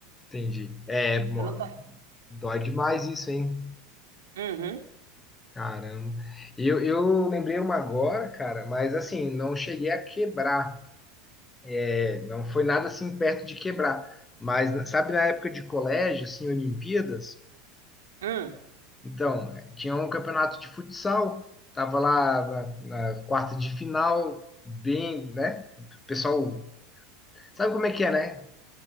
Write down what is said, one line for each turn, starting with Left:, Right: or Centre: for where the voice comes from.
Left: Entendi. É, mano,
Right: Eu não, ta-
Left: dói demais isso, hein?
Right: Uhum,
Left: Caramba. Eu, eu lembrei uma agora, cara, mas assim, não cheguei a quebrar. É, Não foi nada assim perto de quebrar. Mas sabe na época de colégio, assim, Olimpíadas?
Right: hum,
Left: Então, tinha um campeonato de futsal, tava lá na, na quarta de final, bem, né? O Pessoal, sabe como é que é, né?